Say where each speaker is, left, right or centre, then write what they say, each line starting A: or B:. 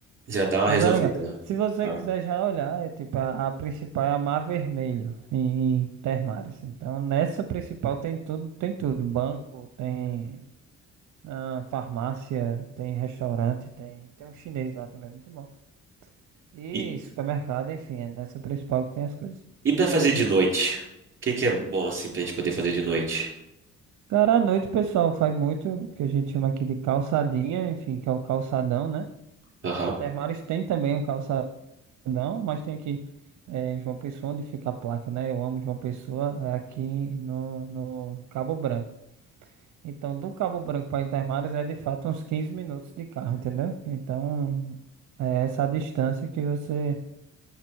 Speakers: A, on the right (about 40°); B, on the right (about 70°).
A: Já dá uma
B: Mas
A: resolvida.
B: é legal. Se você
A: Ah.
B: quiser já olhar, é tipo, a, a principal é a Mar Vermelho, em, em Termares. Então, nessa principal tem tudo, tem tudo. Banco, tem ah, farmácia, tem restaurante, tem, tem um chinês lá também, muito bom. E
A: E,
B: supermercado, enfim, é nessa principal que tem as coisas.
A: E pra fazer de noite? O que que é bom assim pra gente poder fazer de noite?
B: Cara, à noite o pessoal faz muito, o que a gente chama aqui de calçadinha, enfim, que é o calçadão, né?
A: Aham.
B: Então, Intermares tem também um calçadão, mas tem aqui eh, em João Pessoa, onde fica a placa, né? Eu amo João Pessoa, é aqui no, no Cabo Branco. Então, do Cabo Branco para Intermares é de fato uns 15 minutos de carro, entendeu? Então, é essa a distância que você,